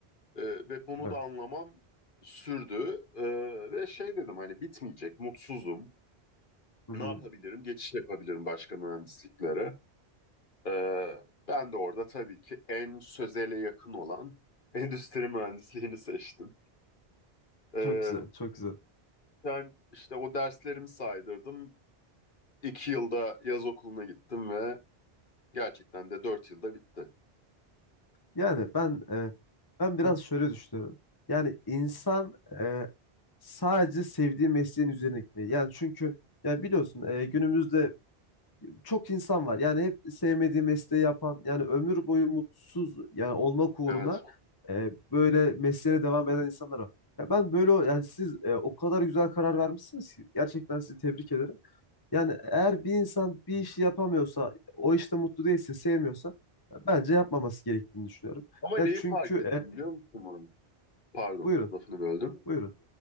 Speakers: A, on the left; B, on the left.
A: E, ve bunu
B: Evet.
A: da anlamam sürdü. E, ve şey dedim hani bitmeyecek, mutsuzum.
B: Hı-hı.
A: Ne yapabilirim? Geçiş yapabilirim başka mühendisliklere. E, ben de orada tabii ki en sözele yakın olan <laughs> endüstri mühendisliğini seçtim. Ee,
B: Çok güzel, çok güzel.
A: Ben işte o derslerimi saydırdım. İki yılda yaz okuluna gittim ve gerçekten de dört yılda bitti.
B: Yani ben e, ben biraz
A: <laughs>
B: şöyle düşünüyorum. Yani insan e, sadece sevdiği mesleğin üzerine gitmeli. Yani çünkü ya biliyorsun e, günümüzde çok insan var. Yani hep sevmediği mesleği yapan, yani ömür boyu mutsuz yani olmak uğruna
A: Evet.
B: e, böyle mesleğine devam eden insanlar var. Ya ben böyle o- yani siz e, o kadar güzel karar vermişsiniz ki gerçekten sizi tebrik ederim. Yani eğer bir insan bir işi yapamıyorsa, o işte mutlu değilse, sevmiyorsa ya bence yapmaması gerektiğini düşünüyorum.
A: Ama
B: Ya
A: neyi
B: çünkü
A: fark ettim biliyor
B: e,
A: musun bunu? Pardon,
B: buyurun,
A: lafını böldüm.
B: buyurun.